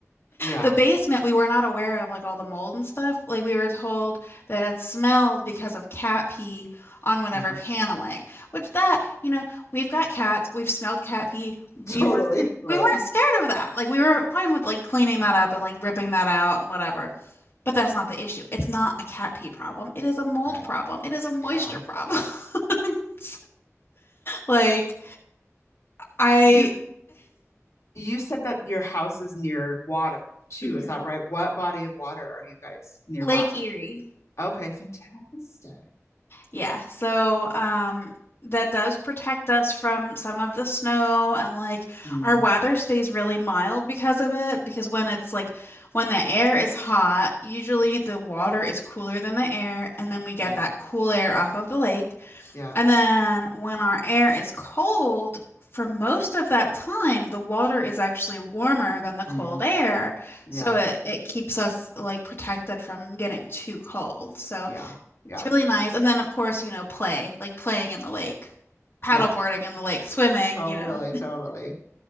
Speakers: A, on the left (about 65°); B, on the left (about 45°).
A: Yeah.
B: The basement we were not aware of like all the mold and stuff. Like we were told that it smelled because of cat pee on whatever
A: Right.
B: paneling. Which that, you know, we've got cats, we've smelled cat pee.
A: <laughs>
B: We
A: Totally.
B: weren't
A: Right.
B: we weren't scared of that. Like we were fine with like cleaning that up and like ripping that out and whatever. But that's not the issue. It's not a cat pee problem. It is a mold
A: Right.
B: problem. It is a moisture
A: Yeah.
B: problem. <laughs> like I
A: You You said that your house is near water too,
B: mhm.
A: is that right? What body of water are you guys nearby?
B: Lake Erie.
A: Okay, fantastic.
B: Yeah. So um that does protect us from some of the snow and like
A: Mm,
B: our weather stays really mild because of it because when it's like when the air is hot, usually the water is cooler than the air and then we get
A: right.
B: that cool air off of the lake.
A: Yeah.
B: And then when our air is cold, for most of that time, the water is actually warmer than the cold
A: Mm,
B: air.
A: yeah.
B: So it, it keeps us like protected from getting too cold. So
A: Yeah.
B: it's
A: Yeah.
B: really nice. And then, of course, you know, play, like playing in the lake, paddleboarding
A: Yeah.
B: in the lake, swimming,
A: Totally,
B: you know.
A: totally.